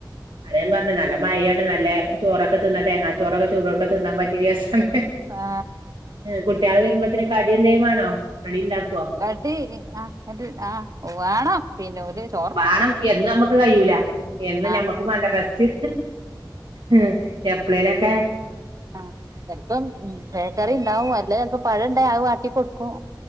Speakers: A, on the right; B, on the right.
A: അതാ ഞാൻ പറഞ്ഞെ നല്ല മഴയാണ് നല്ല ചോറൊക്കെ തിന്നട്ട് തേങ്ങാ ചോറക്കെ ചൂടുക്കെ തിന്നാൻ പറ്റിയ ദിവസാണ്
B: ആ
A: കുട്ടികള് വരുമ്പോത്തേ കടിയെന്തേലും വേണോ ക്രെഡിറ്റാക്കുവാ <unintelligible>
B: കടി ആഹ് അല്ല ആഹ് വാണം പിന്നെ പോല <unintelligible>
A: വാണം എ നമ്മുക്ക് കഴിയൂല എന്ന്
B: ആ
A: ഞമ്മക്കും വേണ്ടെ റസ്റ്റ് ഉം എപ്പളെലൊക്കെ
B: ആഹ് ചിലപ്പം ബേക്കറി ഉണ്ടാവും അല്ലെ ചിലപ്പോ പഴം ഇണ്ടെ അത് വാട്ടി കൊടുക്കും